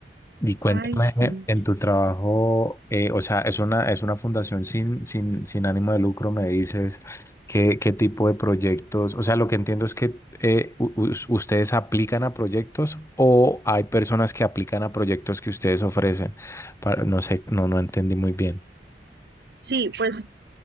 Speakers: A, on the left; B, on the right.
A: Y cuéntame
B: Ay, sí.
A: en tu trabajo, eh, o sea, es una, es una fundación sin, sin, sin ánimo de lucro, me dices, ¿qué, qué tipo de proyectos? O sea, lo que entiendo es que eh, u- us- ustedes aplican a proyectos o hay personas que aplican a proyectos que ustedes ofrecen. Para- no sé, no, no entendí muy bien.
B: Sí, pues